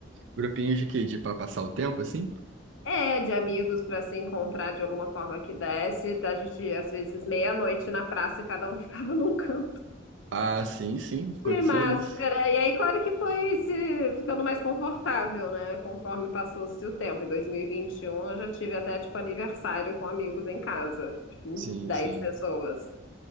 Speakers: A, on the right; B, on the left.
A: Grupinhos de quê? De pra passar o tempo, assim?
B: É, de amigos para se encontrar de alguma forma que desse. A gente, às vezes, meia-noite na praça e cada um <laughs> ficava num canto
A: Ah, sim, sim, aconteceu
B: de máscara.
A: isso.
B: E aí, claro que foi se ficando mais confortável, né? Conforme passou-se o tempo. Em 2021, eu já tive até, tipo, aniversário com amigos em casa, tipo,
A: Sim,
B: 10
A: sim.
B: pessoas.